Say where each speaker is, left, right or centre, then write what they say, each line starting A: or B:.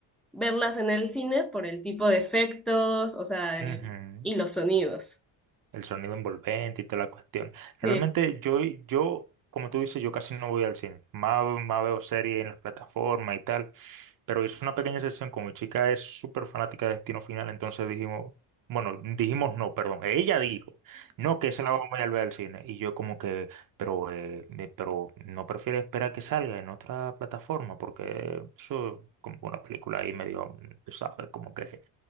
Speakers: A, in the centre; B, on the right.
A: verlas en el cine por el tipo de efectos, o sea, el-
B: Ujú.
A: y los sonidos.
B: el sonido envolvente y toda la cuestión. Realmente
A: Sí,
B: yo, yo, como tú dices, yo casi no voy al cine. Más, más veo series en las plataformas y tal. Pero hice una pequeña sesión con mi chica, es súper fanática de Destino Final, entonces dijimos, bueno, dijimos no, perdón, ella dijo, no, que esa la vamos a ir a ver al cine. Y yo como que, pero, eh, me- pero no prefiero esperar que salga en otra plataforma, porque eso es como una película ahí medio, mm, tú sabes, como que